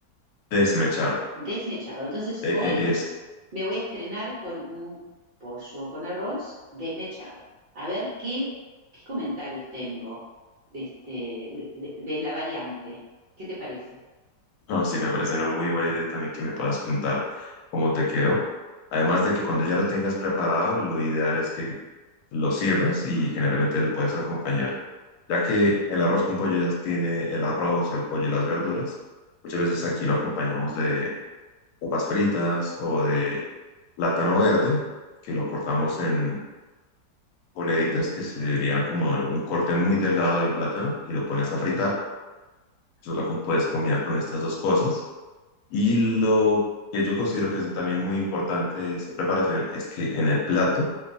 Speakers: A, on the left; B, on the right.
A: Desmechado.
B: Desmechado. Entonces
A: De-
B: hoy
A: e- Es,
B: me voy a estrenar con un pollo con arroz desmechado. A ver qué, qué comentarios tengo de, este, de, de- de la variante. ¿Qué te parece?
A: no, sí, me parece una muy buena idea también que me puedas contar cómo te quedó. Además de que cuando ya lo tengas preparado, lo ideal es que lo sirvas y generalmente lo puedes acompañar ya que el arroz con pollo ya tiene el arroz, el pollo y las verduras. Muchas veces aquí lo acompañamos de papas fritas o de plátano verde, que lo cortamos en moneditas, que serían como un corte muy delgado del plátano, y lo pones a fritar. Eso lo com- puedes combinar con estas dos cosas. Y lo que yo considero que es también muy importante de esa preparación es que en el plato